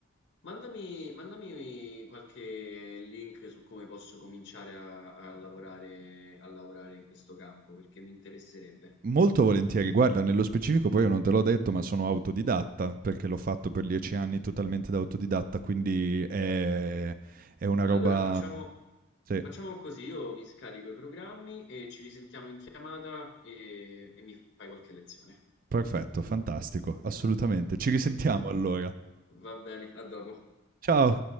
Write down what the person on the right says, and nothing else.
Molto volentieri, guarda, nello specifico poi io non te l'ho detto, ma sono autodidatta, perché l'ho fatto per 10 anni totalmente da autodidatta, quindi è è una
roba
sì,
perfetto, fantastico, assolutamente. Ci
risentiamo allora.
Ciao.